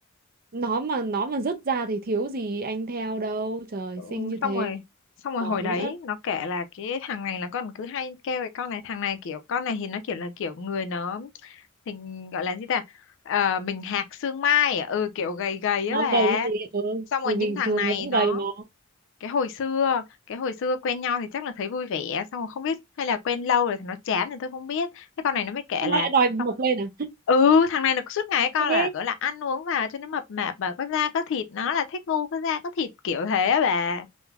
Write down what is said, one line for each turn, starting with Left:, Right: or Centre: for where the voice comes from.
Right: nó mà nó mà rớt ra thì thiếu gì anh theo đâu trời
Left: Ừ,
Right: xinh như thế
Left: xong rồi xong rồi
Right: giỏi
Left: hồi đấy
Right: nữa
Left: nó kể là cái thằng này là con cứ hay kêu cái con này thằng này kiểu con này thì nó kiểu là kiểu người nó hình gọi là gì ta Ờ, mình hạc xương mai à? ừ kiểu gầy gầy
Right: nó
Left: á bà
Right: gầy thì ừ,
Left: xong rồi
Right: thì
Left: những
Right: bình
Left: thằng
Right: thường
Left: này
Right: nó vẫn
Left: nó
Right: gầy mà
Left: cái hồi xưa cái hồi xưa quen nhau thì chắc là thấy vui vẻ xong rồi không biết hay là quen lâu rồi thì nó chán thì tôi không biết Thế con này nó mới kể
Right: Sao nó
Left: là
Right: lại đòi mập
Left: xong-
Right: lên à
Left: ừ thằng này là suốt ngày con
Right: thế
Left: là gọi là ăn uống vào cho nó mập mạp và có da có thịt nó là thích ngu có da có thịt kiểu thế á bà